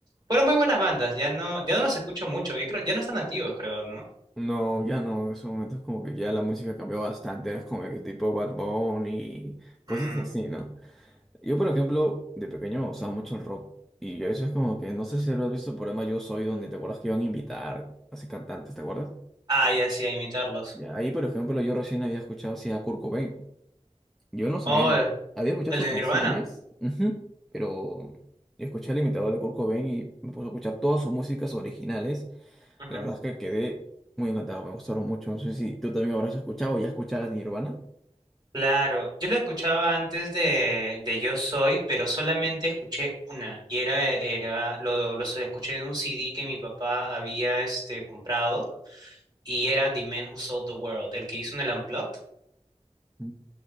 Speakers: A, on the right; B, in the centre.
A: fueron muy buenas bandas, ya no, ya no los escucho mucho, y creo, ya no están activos, creo, ¿no?
B: No, ya no, en esos momentos como que ya la música cambió bastante, es como que tipo Bad Bunny y cosas
A: Mm,
B: así, ¿no? Yo, por ejemplo, de pequeño me gustaba mucho el rock y a veces como que, no sé si lo has visto el programa Yo Soy, donde te acuerdas que iban a invitar así cantantes, ¿te acuerdas?
A: Ah, ya sí, a imitarlos.
B: Y ahí, por ejemplo, yo recién había escuchado así a Kurt Cobain, yo no sabía,
A: Oh,
B: había escuchado
A: el
B: sus
A: de
B: canciones,
A: Nirvana.
B: ujú, pero yo escuché al imitador de Kurt Cobain y me puse a escuchar todas sus músicas originales
A: Ujú.
B: la verdad es que quedé muy encantado, me gustaron mucho. No sé si tú también habrás escuchado o ya escucharás Nirvana.
A: Claro, yo lo escuchaba antes de, de Yo Soy, pero solamente escuché una, y era, era, lo, los escuché de un CD que mi papá había este comprado. y era The Man Who Sold the World, el que hizo en el Unplugged.
B: Mm.